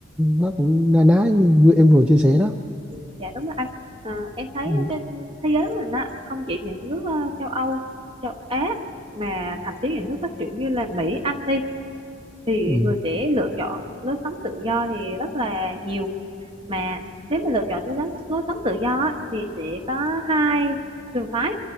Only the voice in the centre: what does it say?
nó cũng na ná như vừa- em vừa chia sẻ đó.
Ừ.
Ừ.